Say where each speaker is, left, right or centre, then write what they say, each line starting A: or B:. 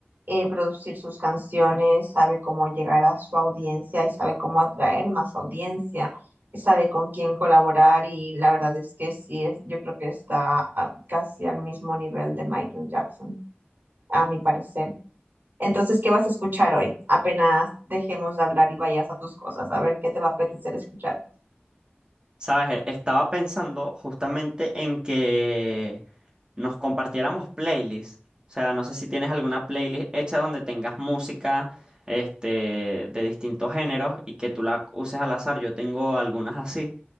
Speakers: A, on the right; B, on the right.
A: eh, producir sus canciones, sabe cómo llegar a su audiencia y sabe cómo atraer más audiencia, sabe con quién colaborar y la verdad es que sí, es, yo creo que está a- casi al mismo nivel de Michael Jackson, a mi parecer. Entonces, ¿qué vas a escuchar hoy? Apenas dejemos de hablar y vayas a tus cosas, a ver qué te va a apetecer escuchar.
B: ¿Sabes? E- Estaba pensando justamente en que nos compartiéramos playlists. O sea, no sé si tienes alguna playlist hecha donde tengas música, este, de distintos géneros y que tú la uses al azar. Yo tengo algunas así.